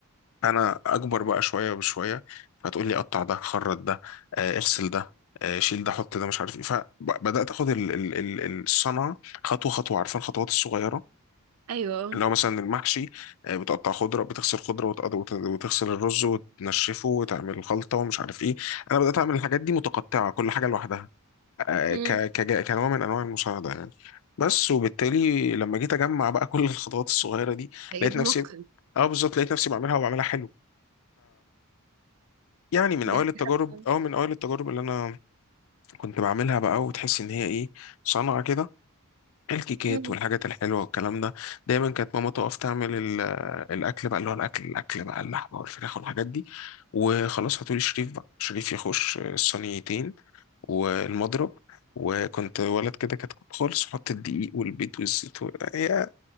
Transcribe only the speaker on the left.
انا اكبر بقى شويه بشويه فهتقول لي قطع ده خرط ده آه، اغسل ده آه، شيل ده حط ده مش عارف ايه فبدات اخد ال- ال- ال- الصنعه خطوه خطوه عارفه الخطوات الصغيره
اللي هو مثلا المحشي آه، بتقطع خضره بتغسل خضره وتقض- وت- وتغسل الرز وتنشفه وتعمل خلطه ومش عارف ايه انا بدات اعمل الحاجات دي متقطعه كل حاجه لوحدها آه،
ك كجا- كنوع من انواع المساعده يعني بس وبالتالي لما جيت اجمع بقى كل الخطوات الصغيره دي
لقيت نفسي
اه بالظبط لقيت نفسي بعملها وبعملها حلو يعني من اوائل
التجارب
او من اوائل التجارب اللي انا كنت بعملها بقى وتحس ان هي ايه صنعه كده الكيكات
والحاجات الحلوه والكلام ده دايما كانت ماما تقف تعمل ال- الاكل بقى اللي هو الاكل الاكل بقى اللحمه والفراخ والحاجات دي وخلاص هاتولي شريف بقى شريف يخش الصينيتين والمضرب وكنت ولد كده كتكوت خالص احط الدقيق والبيض والزيت و- إيه،